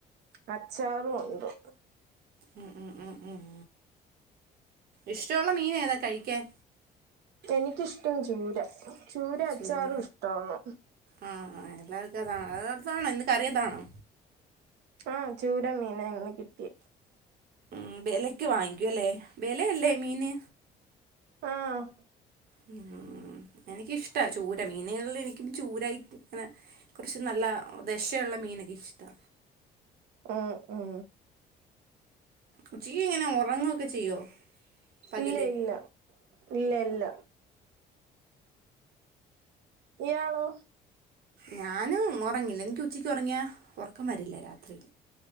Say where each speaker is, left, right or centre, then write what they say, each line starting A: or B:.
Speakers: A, on the right (about 80°); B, on the right (about 60°).
A: അച്ചാറു ഉണ്ട്
B: ഉം ഉം ഉം ഉം ഇഷ്ടവുള്ള മീൻ ഏതാ കഴിക്കാൻ
A: എനിക്കിഷ്ടം ചൂര ചൂര
B: ചോറ്
A: അച്ചാറും ഇഷ്ടാണ്
B: ആഹ് എല്ലാവർക്കും അതാണ് അതാ ടാണോ ഇന്ന് കറിതാണോ
A: ആഹ് ചൂര മീന ഇന്ന് കിട്ടി
B: മ് ബെലക്ക് വാങ്ങിക്കൂല്ലേ ബെലയല്ലേ മീന്
A: ആഹ്
B: ഉം എനിക്കിഷ്ടാ ചൂര മീൻകളിൽ എനിക്കും ചൂരായി അങ്ങനെ കൊറച്ച് നല്ല ദശള്ള മീനൊക്കെ ഇഷ്ടാ
A: അഹ് അഹ്
B: ഉച്ചിയിങ്ങനെ ഒറങ്ങൊക്കെ ചെയ്യോ പകല്
A: ഇല്ല ഇല്ല ഇല്ല ഇല്ല ഇയാളൊ
B: ഞാൻ ഒറങ്ങില്ല എനിക്ക് ഉച്ചയ്ക്ക് ഒറിങ്ങാ ഒറക്കം വരില്ല രാത്രിൽ